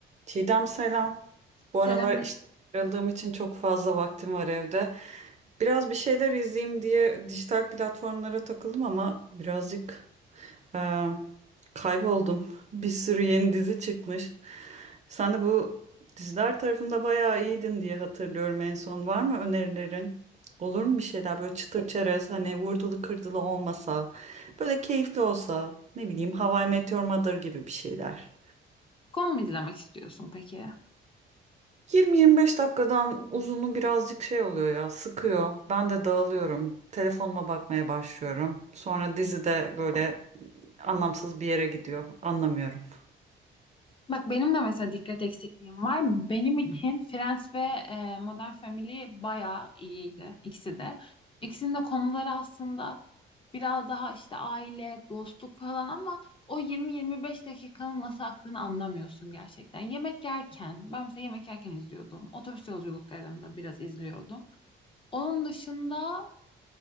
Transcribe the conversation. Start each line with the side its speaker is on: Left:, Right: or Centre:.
Right: Çiğdem selam. Bu
Left: Selamünaleyküm
Right: aralar işte ayrıldığım için çok fazla vaktim var evde. Biraz bir şeyler izleyeyim diye dijital platformlara takıldım ama birazcık e, kayboldum. <laughs> Bir sürü yeni dizi çıkmış. Sen de bu diziler tarafında bayağı iyiydin diye hatırlıyorum en son. Var mı önerilerin? Olur mu bir şeyler böyle çıtır çerez hani vurdulu kırdılı olmasa böyle keyifli olsa ne bileyim How I Met Your Mother gibi bir şeyler.
Left: mu izlemek istiyorsun peki?
Right: Yirmi yirmi beş dakikadan uzunu birazcık şey oluyor ya, sıkıyor. Ben de dağılıyorum. Telefonuma bakmaya başlıyorum. Sonra dizi de böyle anlamsız bir yere gidiyor. Anlamıyorum.
Left: Bak benim de mesela dikkat eksikliğim var. Benim için Friends ve e, Modern Family bayağı iyiydi ikisi de. İkisinin de konuları aslında biraz daha işte aile, dostluk falan ama o 20-25 dakikanın nasıl aktığını anlamıyorsun gerçekten. Yemek yerken, ben mesela yemek yerken izliyordum. Otobüs yolculuklarında biraz izliyordum. Onun dışında